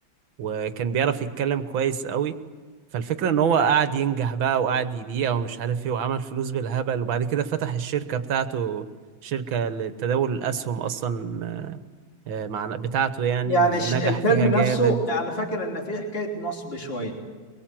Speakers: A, on the right; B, on the left.
A: وكان بيعرف يتكلم كويس قوي فالفكرة ان هو قعد ينجح بقى وقعد يبيع ومش عارف ايه وعمل فلوس بالهبل وبعد كده فتح الشركة بتاعته شركة لتداول الاسهم اصلا آه، آه، مع بتاعته يعني
B: يعني
A: ونجح
B: ش- الفيلم
A: فيها
B: نفسه
A: جامد
B: يعني فاكر إن فيه حكاية نصب شوية